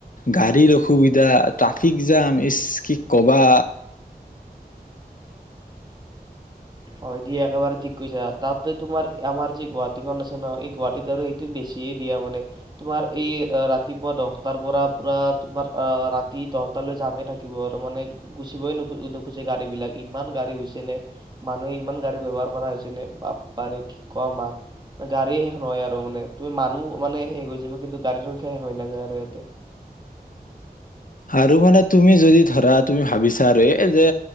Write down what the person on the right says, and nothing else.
হয় দিয়া একেবাৰে ঠিক কৈছা। তাতে তোমাৰ আমাৰ যি গুৱাহাটীখন আছে ন এই গুৱাহাটীত আৰু সেইটো বেছিয়ে দিয়া মানে তোমাৰ এই ৰাতিপুৱা দহটাৰ পৰা পুৰা তোমাৰ ৰাতি দহটালৈ যামেই থাকিব আৰু মানে গুচিব নোখুজে গাড়ী বিলাক ইমান গাড়ী হৈছে নে। মানুহে ইমান গাড়ী ব্যয়ৱহাৰ কৰা হৈছে নে বাপপাৰে কি কম আৰ গাড়ী শেষ নহয় আৰু মানে তুমি মানুহ মানে শেষ হৈ যাব কিন্তু গাড়ীৰ সংখ্যা শেষ হৈ নাযায় আৰু ইয়াতে।